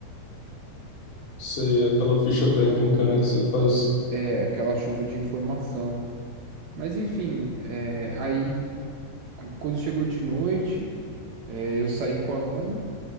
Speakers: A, on the left (about 50°); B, on the right (about 65°).
A: Sei, aquela ficha técnica, né, que você faz.
B: É, aquela chuva de informação. Mas enfim, é, aí qu- quando chegou de noite, é, eu saí com a Ana